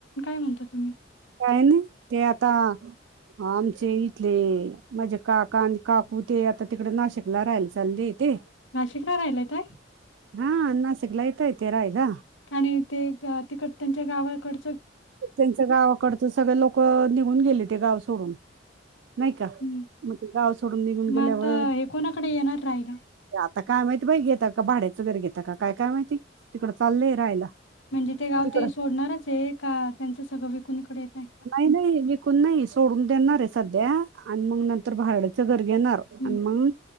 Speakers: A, on the left; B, on the right.
A: यण तुम्ही?
B: काय ना ते आता आमचे इथले माज्या काका -काकू- ते आता तिकड नाशिकला राहायला चालले ते
A: नाशिकला राहिलाय काय
B: हाश. सगलयतयतरायला
A: आणि ते गा- तिकड त्यांच्या गावाकड.
B: त्यांच गावाकडचं सगळे लोक निघून गेले ते गाव सोडून नाही का
A: हम्म
B: मग ते गाव सोडून निघून
A: मग
B: गेल्यावर
A: आता हे कोणाकडे येणार राहिला
B: आता काय माहिती बा घेता का भाड्याचं घरी घेता का काय काय माहिती तिकडं चाललंय राहायला.
A: म्हणजे ते गाव
B: तिकडं
A: ते सोडणारच आहे का त्यांचं सगळं विकून इकडे आहे
B: नाही नाही विकून नाही सोडून देणार आहे सध्या आणि मग नंतर भारडचं घर घेणार
A: हम्म.
B: आणि मग